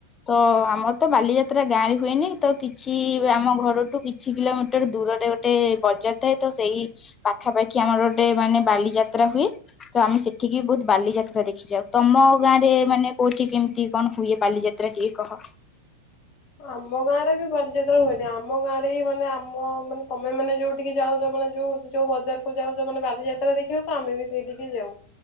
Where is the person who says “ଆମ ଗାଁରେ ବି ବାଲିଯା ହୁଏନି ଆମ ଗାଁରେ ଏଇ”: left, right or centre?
Left